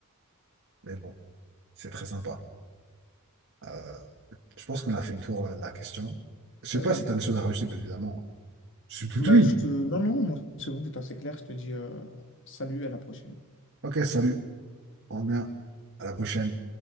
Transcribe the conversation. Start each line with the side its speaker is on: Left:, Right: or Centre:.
Right: Mais bon, c'est très sympa. Euh, Je pense qu'on a fait le tour euh, de la question. Je sais
Left: Ouais,
Right: pas
Left: ouais.
Right: si tu as des choses à rajouter, bien évidemment. Je suis tout
Left: Bah,
Right: oui.
Left: je te... Non, non, moi, c'est bon, c'est assez clair. Je te dis euh, salut, à la prochaine.
Right: Ok, salut. On revient. À la prochaine.